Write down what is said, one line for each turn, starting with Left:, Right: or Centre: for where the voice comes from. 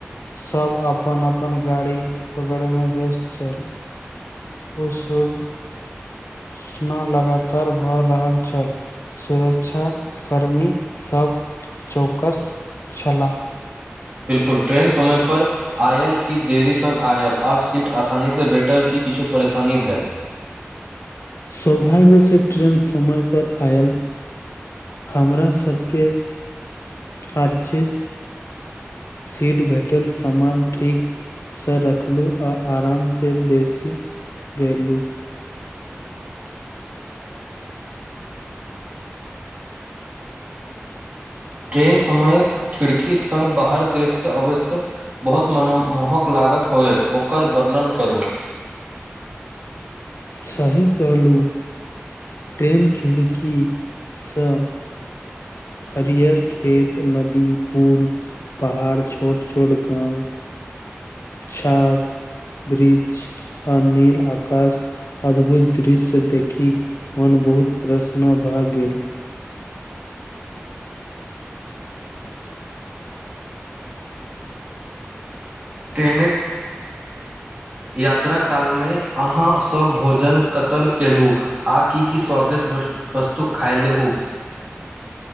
Left: सब अपन अपन गाड़ी पकड़े मे व्यस्त छल ओ शोना लगातार भ रहल छल सुरक्षा कर्मी सभ चौकस छलाह
Right: बिलकुल ट्रेन समयप आयल कि देरी सङ्ग आयल आ सीट आसानीसँ भेटल किी किछु परेशानी भेल
Left: सौभाग्य से ट्रेन समय पर आयल हमरा सबके आर चित सीट भेटल सामान ठीक सँ रखलहुँ आ आरामसँ बेसी गेलहुँ
Right: ट्रेन समय खिड़कीक सङ्ग बाहर दृशसँ अवश्य बहुत मनोमोहक लागत होयत ओकर वर्णन करू
Left: सही कहलू ट्रेन खिड़कीसँ हरिहर खेत नदी पूल पहाड़ छोट छोट गाँव छाग ब्रीज अनिल आकाश अद्भुत दृश्य देखि मन बहुत प्रसन्न भए गेल
Right: ट्रेनिक यात्रा कालमे अहाँसब भोजन कतय कयेलहुँ आ की की स्वादिष्ट वस्तु खायल हो